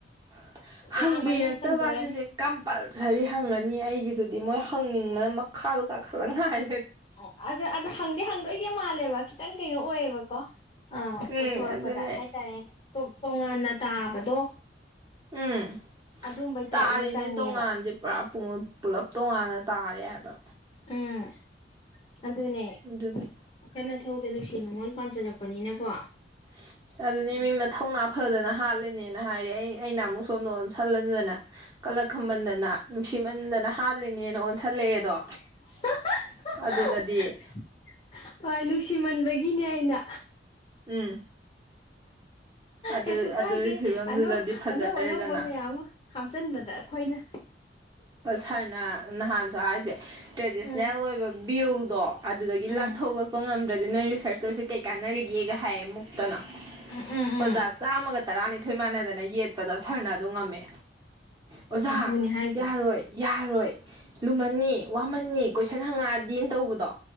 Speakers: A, on the right (about 20°); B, on the left (about 35°).
A: <inaudible> ꯍꯪꯕꯤꯔꯛꯇꯕ
B: ꯌꯥꯝꯃꯅꯤꯅ ꯇꯟꯖꯔꯅꯤ
A: ꯁꯤꯁꯦ ꯀꯝꯄꯜꯁꯔꯤ ꯍꯪꯉꯅꯤ ꯑꯩꯒꯤꯗꯨꯗꯤ ꯃꯣꯏ ꯍꯪꯅꯤꯡꯕꯅ ꯃꯈꯥꯗꯨ ꯈꯂꯛꯉꯥꯏ
B: ꯑꯣ ꯑꯗ ꯑꯗ ꯍꯪꯗꯤ ꯍꯪꯗꯣꯏꯗꯤ ꯃꯥꯜꯂꯦꯕ ꯈꯤꯇꯪ ꯀꯩꯅꯣ ꯑꯣꯏꯌꯦꯕꯀꯣ ꯑꯥ
A: ꯎꯝ
B: ꯄꯣꯊꯣꯔꯛꯄꯗ
A: ꯑꯗꯨꯅꯦ
B: ꯍꯥꯏꯇꯥꯔꯦ ꯇꯣꯉꯥꯟꯅ ꯇꯥꯕꯗꯣ
A: ꯎꯝ
B: ꯑꯗꯨꯝꯕꯩ
A: ꯇꯥꯔꯤꯅꯦ
B: ꯇꯥꯏꯞ ꯑꯃ ꯆꯪꯉꯦꯕ
A: ꯇꯣꯉꯥꯟꯗꯤ ꯄꯨꯔꯥ ꯄꯨꯡ ꯄꯨꯂꯞ ꯇꯣꯉꯥꯟꯅ ꯇꯥꯔꯦ ꯍꯥꯏꯕ
B: ꯎꯝ ꯑꯗꯨꯅꯦ <unintelligible>
A: ꯑꯗꯨꯗꯤ
B: ꯏꯊꯧꯗ ꯅꯨꯡꯁꯤ ꯅꯨꯡꯉꯣꯟ ꯄꯥꯟꯁꯤꯜꯂꯛꯄꯅꯤꯅꯀꯣ
A: <inaudible> ꯑꯗꯨꯗꯤ ꯃꯤ ꯃꯊꯧꯅ ꯐꯗꯅ ꯍꯥꯠꯂꯤꯅꯦꯅ ꯍꯥꯏꯔꯦ ꯑꯩ ꯑꯩꯅ ꯑꯃꯨꯛ ꯁꯣꯝꯗ ꯑꯣꯟ ꯁꯜꯂꯗꯅ ꯀꯜꯂꯛ ꯈꯝꯕꯟꯗꯅ ꯅꯨꯡꯁꯤꯃꯟꯗꯅ ꯍꯥꯜꯂꯤꯅꯦꯅ ꯑꯣꯟꯁꯜꯂꯛꯑꯦꯗꯣ
B: <unintelligible>
A: ꯑꯗꯨꯗꯗꯤ
B: ꯍꯣꯏ ꯅꯨꯡꯁꯤꯃꯟꯕ ꯕꯤꯗꯦ ꯑꯩꯅ
A: ꯎꯝ ꯑꯗꯨ
B: ꯀꯩꯁꯨ
A: ꯑꯗꯨꯒꯤ
B: ꯀꯥꯏꯗꯦ
A: ꯐꯤꯕꯝꯗꯨꯗꯗꯤ
B: ꯑꯅꯧ
A: ꯐꯖꯔꯦꯗꯅ
B: ꯑꯅꯧ ꯑꯅꯧꯕ ꯃꯌꯥꯝ ꯑꯃ ꯍꯥꯞꯆꯟꯕꯗ ꯑꯩꯈꯣꯏꯅ
A: ꯁꯥꯔꯅ ꯅꯍꯥꯟꯁꯨ ꯍꯥꯏꯔꯤꯁꯦ ꯇ꯭ꯔꯦꯗꯤꯁꯅꯦꯜ
B: ꯎꯝ
A: ꯑꯣꯏꯕ ꯚ꯭ꯌꯨꯗꯣ ꯑꯗꯨꯗꯒꯤ
B: ꯎꯝ
A: ꯂꯥꯟꯊꯣꯛꯂꯛꯄ ꯉꯝꯗ꯭ꯔꯗꯤ ꯅꯣꯏ ꯔꯤꯁꯔꯁ ꯇꯧꯔꯤꯁꯦ ꯀꯩ ꯀꯥꯟꯅꯔꯤꯒꯦꯒ ꯍꯥꯏꯌꯦ ꯑꯃꯨꯛ ꯇꯅ
B: ꯎꯝ ꯎꯝ ꯎꯝ
A: ꯑꯣꯖꯥ ꯆꯥꯝꯃꯒ ꯇꯔꯥꯅꯤꯊꯣꯏ ꯃꯥꯟꯅꯗꯅ ꯌꯦꯠꯄꯗꯣ ꯁꯔꯅ ꯑꯗꯨ ꯉꯝꯃꯦ ꯑꯣꯖꯥ
B: ꯑꯗꯨꯅꯦ ꯍꯥꯏꯁꯦ
A: ꯌꯥꯔꯣꯏ ꯌꯥꯔꯣꯏ ꯂꯨꯃꯟꯅꯤ ꯋꯥꯃꯟꯅꯤ ꯀꯣꯏꯁꯟ ꯍꯪꯉꯛꯑ ꯗꯤꯌꯦ ꯇꯧꯕꯗꯣ